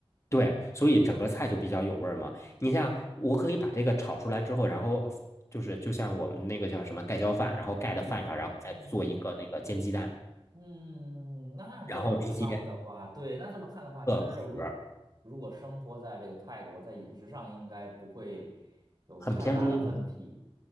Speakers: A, on the left; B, on the right.
A: 对，所以整个菜就比较有味儿嘛。你像我可以把这个炒出来之后，然后就是就像我们那个叫什么盖浇饭，然后盖的饭上，
B: 嗯嗯
A: 然后再做一个那个煎鸡蛋，
B: 嗯，那这么看的话，
A: 然后直接
B: 对，那这么看的话，
A: 个盒儿，
B: 其实如如果生活在这个泰国，在饮食上应该不会有太大的问题。
A: 很偏中的。